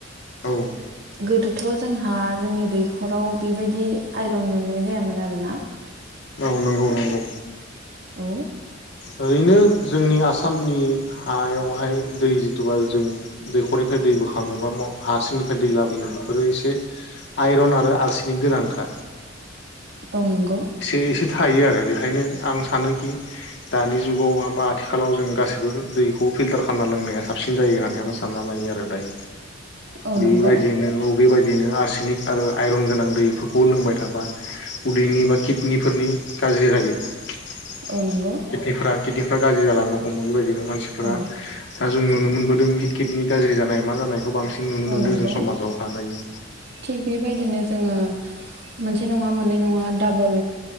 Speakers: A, on the left; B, on the right.
A: औ
B: गोदोथ' जोंहा जोंनि दैखराव बेबायदि आइरन मोननाय जायामोन आरोना
A: औ नंगौ नंगौ।
B: औ।
A: ओरैनो जोंनि आसामनि हायावहाय दै जिथुबा जों दैखरनिफ्राय दै बोखाङो बा हा सिंनिफ्राय दै लाबोयो बेफोरो एसे आइरन आरो आलसिनि गोनांखा
B: औ नंगौ
A: बे एसे थायो आरो बेखायनो आं सानोखि दानि जुगावहा बा आथिखालाव जों गाससिबो दैखौ फिल्टार खालामना लोंनाया साबसिन जायो आं सानना लायो आरो दाय
B: औ
A: बेबायदिनो
B: नंगौ
A: अबेबायदि बिदिनो आरसिनिक आरो आइरन गोनां दैफोरखौ लोंबाय थाबा उदैनि बा किडनिफोरनि गाज्रि जायो <inaudible>
B: औ नंगौ
A: गिदिर बिफ्रा गाज्रि जालांनो हमो बेबायदिनो मानसिफोरा
B: औ
A: दा जों नुनो
B: थिग
A: मोनबोदों किदनि गाज्रि जानाय मा जानाय बांसिन नुनो
B: औ
A: मोन्दों
B: नंगौ
A: जों समाजाव हानाय --
B: थिग बेबायदिनो जोङो मोनसे नङा मोननै नङा डाबल